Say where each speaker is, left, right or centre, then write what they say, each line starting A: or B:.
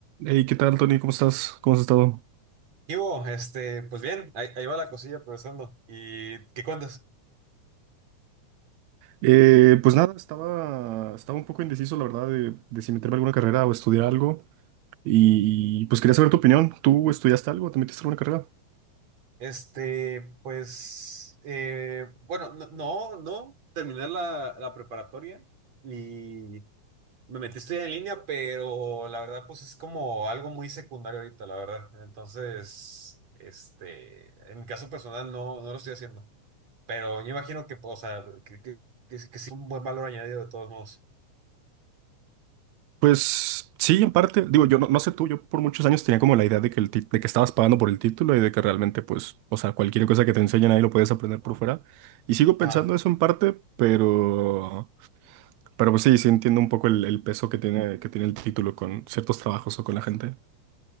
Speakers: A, on the right; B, on the right.
A: Hey, ¿qué tal, Tony? ¿Cómo estás? ¿Cómo has estado?
B: ¿Qué hubo? Este, pues bien, ahí, ahí va la cosilla progresando. ¿Y qué cuentas?
A: Eh, pues nada, estaba, estaba un poco indeciso, la verdad, de, de si meterme a alguna carrera o estudiar algo. Y pues quería saber tu opinión. ¿Tú estudiaste algo? ¿Te metiste a alguna carrera?
B: Este, pues, eh, bueno, no, no, no, terminé la, la preparatoria y me metí a estudiar en línea, pero la verdad, pues es como algo muy secundario ahorita, la verdad. Entonces, este, en mi caso personal no, no lo estoy haciendo, pero yo imagino que, pues, o sea, que, que, que, sí que sí un buen valor añadido de todos modos.
A: Pues sí, en parte. Digo, yo no, no sé tú, yo por muchos años tenía como la idea de que, el tit- de que estabas pagando por el título y de que realmente, pues, o sea, cualquier cosa que te enseñen ahí lo puedes aprender por fuera. Y sigo pensando
B: Ah,
A: eso en parte, pero, pero pues sí, sí entiendo un poco el, el peso que tiene, que tiene el título con ciertos trabajos o con la gente.